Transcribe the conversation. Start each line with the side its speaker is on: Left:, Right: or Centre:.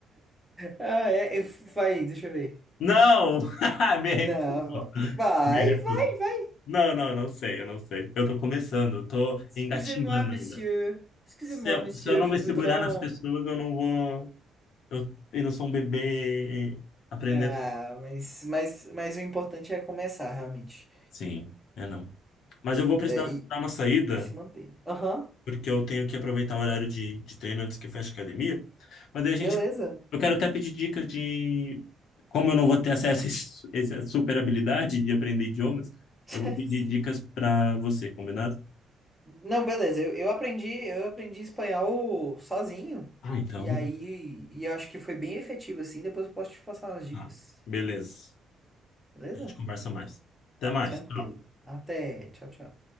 Centre: Ah, é, eu vai, deixa eu ver.
Left: Não! <laughs> Me recuso.
Centre: Não, va- vai,
Left: Me recuso.
Centre: vai, vai.
Left: Não, não, eu não sei, eu não sei. Eu tô começando, eu tô
Centre: Excusez-moi,
Left: engatinhando
Centre: monsieur.
Left: ainda.
Centre: Excusez-moi,
Left: Se eu,
Centre: monsieur,
Left: se eu não
Centre: je
Left: me
Centre: voudrais
Left: segurar nas
Centre: um.
Left: pessoas, eu não vou. Eu ainda sou um bebê aprendendo.
Centre: Ah, mas, mas, mas o importante é começar, realmente.
Left: Sim, é não. Mas eu vou precisar
Centre: É, e,
Left: dar uma saída,
Centre: e se manter. Aham,
Left: porque eu tenho que aproveitar o horário de, de treino antes que feche a academia. Mas aí a
Centre: beleza.
Left: gente. Eu quero até pedir dicas de como eu não vou ter acesso a esse- essa super habilidade de aprender idiomas.
Centre: <laughs>
Left: Eu vou pedir
Centre: Sim.
Left: dicas para você, combinado?
Centre: Não, beleza. Eu, eu aprendi, eu aprendi espanhol sozinho.
Left: Ah, então.
Centre: E aí, e eu acho que foi bem efetivo assim. Depois eu posso te passar umas dicas.
Left: Tá. Beleza.
Centre: Beleza?
Left: A gente conversa mais. Até mais.
Centre: Tranquilo.
Left: Tchau.
Centre: Até. Tchau, tchau.